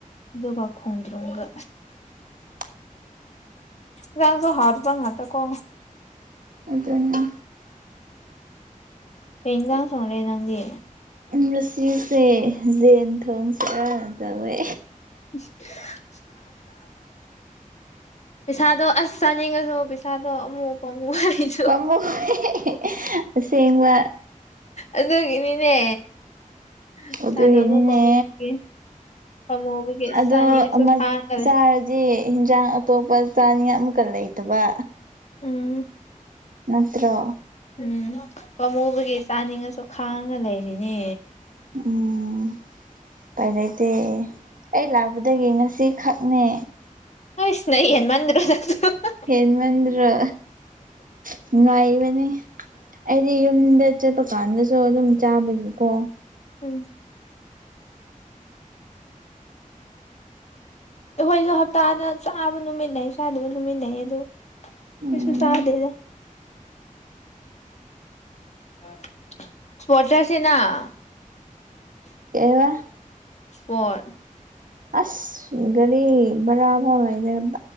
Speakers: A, on the left (about 55°); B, on the right (about 75°).
A: ꯑꯗꯨꯒ ꯈꯣꯡꯗ꯭ꯔꯨꯝꯒ꯫
B: <unintelligible>
A: ꯅꯒꯣ ꯏꯁꯥꯡꯗꯣ ꯍꯧꯇꯥꯕ ꯉꯥꯛꯇꯥꯀꯣ꯫
B: ꯑꯗꯨꯅ
A: ꯌꯦꯩꯅꯗ ꯁꯣ꯭ꯔꯦ ꯅꯪꯗꯤꯦ
B: ꯃꯨꯁꯤꯁꯦ ꯌꯦꯦꯟ ꯊꯣꯡꯁꯦ ꯇꯧꯋꯦ
A: <unintelligible> ꯄꯩꯁꯥꯗꯣ ꯑꯁ ꯆꯥꯅꯤꯡꯉꯁꯨ ꯄꯩꯁꯥꯗꯣ ꯑꯃꯨꯛ ꯄꯥꯝꯃꯨ <unintelligible>
B: <unintelligible> ꯑꯁꯦꯡꯕ
A: ꯑꯗꯨꯒꯤꯅꯤꯅꯦ ꯄꯩꯁꯥꯗꯣ
B: ꯑꯗꯨꯒꯤꯅꯤꯅꯦ
A: ꯑꯃꯨꯛ ꯄꯥꯝꯃꯨꯕꯒꯤ ꯄꯥꯝꯃꯨꯕꯒꯤ
B: ꯑꯗꯣ <unintelligible>
A: ꯆꯥꯅꯤꯡꯉꯁꯨ ꯈꯥꯡꯉꯒ ꯂꯩ
B: ꯗꯤ ꯍꯤꯟꯖꯥꯡ ꯑꯇꯣꯞꯄ ꯆꯥꯅꯤꯡꯉ ꯑꯃꯨꯛꯀ ꯂꯩꯇꯕ
A: ꯎꯝ
B: ꯅꯠꯇ꯭ꯔꯣ
A: ꯎꯝ ꯄꯥꯃꯨꯕꯒꯤ ꯆꯥꯅꯤꯡꯉꯁꯨ ꯈꯥꯡꯉꯒ ꯂꯩꯔꯤꯅꯦ
B: ꯎꯝ ꯎꯄꯥꯏ ꯂꯩꯇꯦ ꯑꯩ ꯂꯥꯛꯄꯗꯒꯤ ꯉꯁꯤ ꯈꯛꯅꯦ
A: ꯍꯣꯏꯁ ꯅꯣꯏ ꯍꯦꯟꯃꯟꯗꯔꯣ <unintelligible>
B: ꯍꯦꯟꯃꯟꯗ꯭ꯔꯣ ꯅꯨꯉꯥꯏꯕꯅꯤ ꯑꯩꯗꯤ ꯌꯨꯝꯗ ꯆꯠꯄ ꯀꯥꯟꯗꯁꯨ ꯑꯗꯨꯝ ꯆꯥꯕꯒꯤꯀꯣ
A: ꯎꯝ ꯑꯩꯈꯣꯏꯁꯨ ꯍꯞꯇꯥꯗ ꯆꯥꯕ ꯅꯨꯃꯤꯠ ꯂꯩ ꯆꯥꯗꯕ ꯅꯨꯃꯤꯠꯟꯂꯩꯌꯦ ꯑꯗꯨ
B: ꯎꯝ
A: ꯀꯩꯁꯨ ꯆꯥꯗꯦꯗ <unintelligible>
B: ꯀꯩ ꯍꯥꯏꯕ
A: ꯏꯁꯄꯣꯔꯠ
B: ꯑꯁ ꯒꯥꯔꯤ ꯕꯥꯔꯕꯥꯎ ꯂꯩꯇꯦꯗ